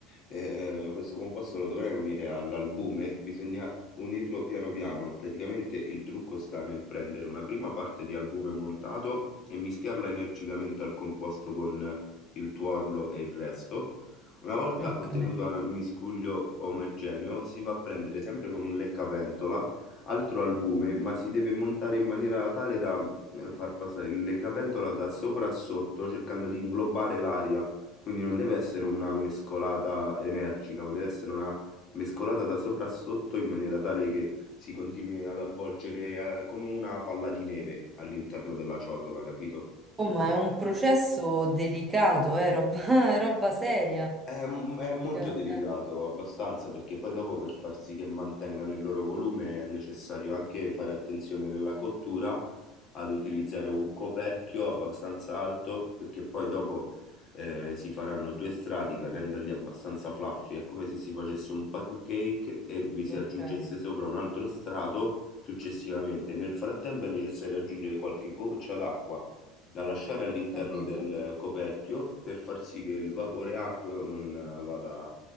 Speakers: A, on the left; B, on the right.
A: Eh, questo composto lo dovrai unire all'albume, bisogna unirlo piano piano. Praticamente il trucco sta nel prendere una prima parte di albume montato e mischiarla energicamente al composto con il tuorlo e il resto. Una volta
B: Ok.
A: ottenuto un miscuglio omogeneo, si va a prendere sempre con un leccapentola altro albume, ma si deve montare in maniera tale da eh, far passare il leccapentola da sopra a sotto, cercando di inglobare l'aria. Quindi non deve essere una mescolata energica, ma deve essere una mescolata da sopra a sotto in maniera tale che si continui ad avvolgere eh, come una palla di neve all'interno della ciotola, capito?
B: Oh, ma è un processo delicato, eh, roba, <laughs> è roba seria.
A: È, m- è molto
B: Mica-
A: delicato,
B: eh,
A: abbastanza, perché poi dopo per far sì che mantengano il loro volume è necessario anche fare attenzione nella cottura ad utilizzare un coperchio abbastanza alto, perché poi dopo eh, si faranno due strati per renderli abbastanza fluffy. È come se si facesse un pancake e vi si
B: ok,
A: aggiungesse sopra un altro strato successivamente. Nel frattempo è necessario aggiungere qualche goccia d'acqua da lasciare all'interno
B: capito?
A: del coperchio per far sì che il vapore acqueo non eh, vada